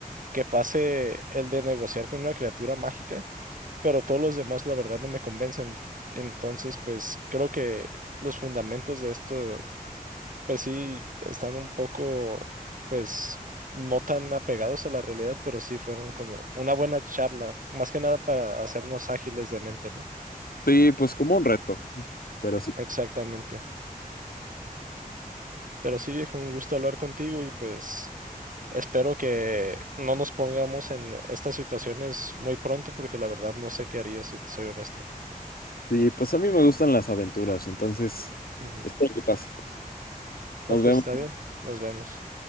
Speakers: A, on the right (about 60°); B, on the left (about 80°).
A: que pase el de negociar con una criatura mágica, pero todos los demás la verdad no me convencen. Entonces, pues creo que los fundamentos de esto pues sí, están un poco, pues, no tan apegados a la realidad, pero sí fueron como una buena charla, más que nada para hacernos ágiles de mente, ¿no?
B: Sí, pues como un reto, pero sí.
A: Exactamente. Pero sí, viejo, un gusto hablar contigo y pues espero que no nos pongamos en estas situaciones muy pronto, porque la verdad no sé qué haría si te soy honesto.
B: Sí, pues a mí me gustan las aventuras, entonces
A: Ujú.
B: espero que pase.
A: No,
B: Nos
A: pues
B: vemos.
A: está bien, nos vemos.